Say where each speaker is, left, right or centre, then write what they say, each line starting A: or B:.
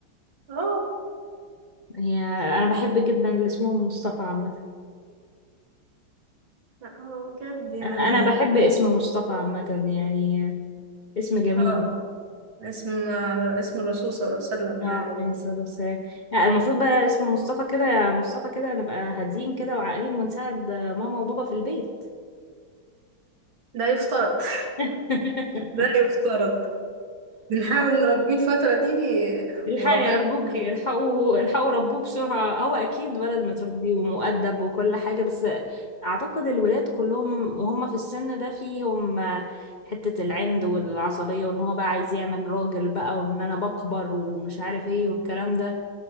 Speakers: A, on the right; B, on the left.
A: اه
B: هي أنا بحب جدا اللي اسمه مصطفى عامة
A: لا هو بجد يعني
B: أنا أنا بحب اسم مصطفى عامة يعني اسم جميل
A: اه اسم اسم الرسول صلى الله عليه وسلم
B: اه
A: يعني
B: عليه الصلاة والسلام لا المفروض بقى اسم مصطفى كده مصطفى كده نبقى هاديين كده وعاقلين ونساعد ماما وبابا في البيت
A: لا يفترض <laughs>
B: <laughs>
A: لا يفترض بنحاول نربيه الفترة دي
B: الحقي
A: وربنا
B: أرجوكي
A: يهديه.
B: الحقوا الحقوا ربوه بسرعة هو أكيد ولد متربي ومؤدب وكل حاجة بس أعتقد الولاد كلهم وهم في السن ده فيهم حتة العند والعصبية وإن هو بقى عايز يعمل راجل بقى وإن أنا بكبر ومش عارف إيه والكلام ده